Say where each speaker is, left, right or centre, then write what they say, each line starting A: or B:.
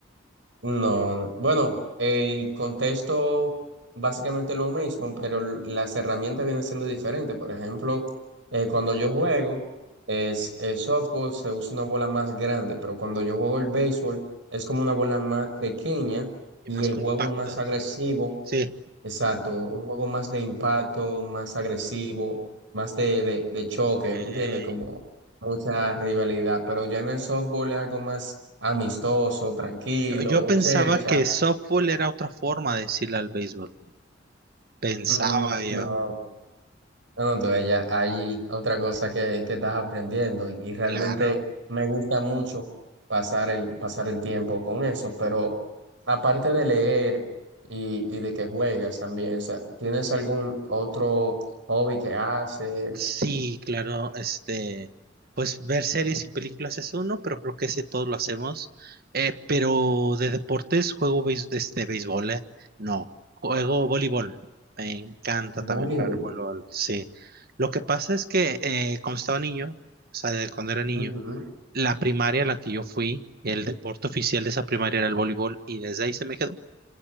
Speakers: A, on the right; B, on the right.
A: No, no. Bueno, el contexto básicamente es lo mismo, pero l- las herramientas vienen siendo diferentes. Por ejemplo, eh, cuando yo juego, es el softball se usa una bola más grande, pero cuando yo juego el béisbol es como una bola más pequeña
B: y
A: y
B: más
A: el
B: compactas.
A: juego más agresivo
B: ¿no? Sí.
A: Exacto, un juego más de impacto, más agresivo, más de, de, de choque,
B: Ey.
A: ¿me entiendes? Como mucha rivalidad, pero ya en el softball es algo más amistoso, tranquilo,
B: Yo, yo
A: de
B: pensaba
A: chercha.
B: que softball era otra forma de decirle al béisbol. Pensaba
A: Mm,
B: yo.
A: no, no, tú, ella, hay otra cosa que, que estás aprendiendo y, y realmente
B: Claro.
A: me gusta mucho pasar el, pasar el tiempo con eso, pero aparte de leer y, y de que juegas también, o sea, ¿tienes algún otro hobby que haces?
B: Sí, claro, este, pues ver series y películas es uno, pero creo que ese todos lo hacemos. Eh, pero de deportes juego béis- este, béisbol, eh, No, juego voleibol. Me encanta también
A: Voleibol.
B: jugar voleibol, sí. Lo que pasa es que eh, cuando estaba niño, o sea, de cuando era niño,
A: Ujú.
B: la primaria a la que yo fui, el deporte oficial de esa primaria era el voleibol y desde ahí se me quedó.